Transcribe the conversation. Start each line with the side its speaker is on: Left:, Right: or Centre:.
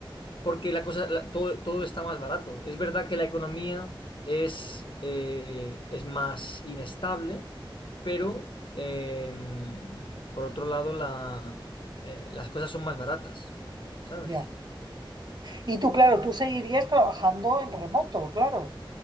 Left: porque la cosa, la- todo, todo está más barato. Es verdad que la economía es, eh, es más inestable, pero em, por otro lado la, eh, las cosas son más baratas, ¿sabes?
Right: Ya. Y tú, claro, tú seguirías trabajando en remoto, claro,